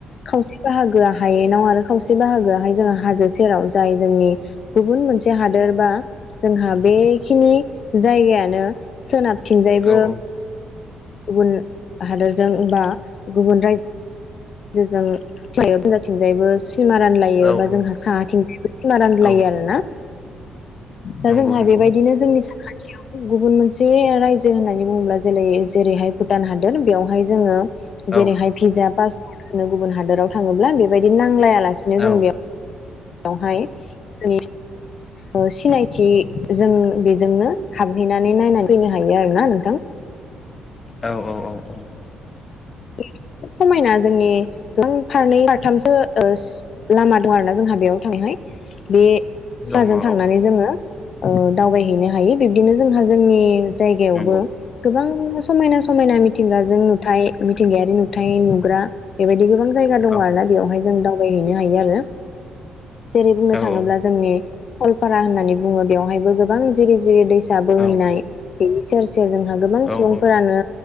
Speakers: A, on the left (about 55°); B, on the left (about 30°).
A: खावसे बाहागोआ हायेनाव आरो खावसे बाहागोआहाय जोङो हाजो सेराव जाय जोंनि गुबुन मोनसे हादोर बा जोंहा बेखिनि जायगायानो सोनाब थिंजायबो
B: औ औ
A: गुबुन हादोरजों बा गुबुन रायजो जों <inaudible> थिंजायबो सिमा रानलायो
B: औ
A: बा
B: औ
A: जोंहा साहाथिं <inaudible> सिमा रानलायो
B: औ
A: आरो ना दा
B: नंगौ
A: जोंहा
B: नंगौ
A: बेबायदिनो जोंनि साखाथियाव गुबुन मोनसे रायजो होननानै बुङोब्ला जेलै जेरैहाय भुटान हादोर बेयावहाय जोङो
B: औ
A: जेरैहाय भिजा पास नो गुबुन हादराव थाङोब्ला बेबायदि नांलाया लासिनो
B: औ
A: जों बेयाव बेवहाय <unintelligible> ओ सिनायथि जों बेजोंनो हाबहैनानै नायनानै फैनो हायो आरो ना नोंथां
B: औ औ औ औ
A: खोब समायना जोंनि <unintelligible> फारनै फारथामसो ओ सो लामा दं आरो ना जोंहा बेयाव थांनाय बे सिराजों
B: दङ औ
A: थांनानै जोङो ओ दावबाय नो हायो बिबदिनो जोंहा जोंनि जायगायावबो
B: नंगौ
A: गोबां <unintelligible> समायना समायना मिथिंगाजों नु थाय मिथिंगायारि नु थाय नुग्रा बेबायदि गोबां जायगा दङ
B: औ
A: आर ना बेवहाय जों दावबाय बायहैनो हायो आरो जेरै बुंनो
B: औ
A: थाङोब्ला
B: औ
A: जोंनि रलपारा होननानै बुङो बेवहायबो गोबां जिरि जिरि दै हिसाबोहैनाय
B: औ
A: बेनि सेर से जोंहा गोबां
B: औ
A: सुबुंफोरानो
B: औ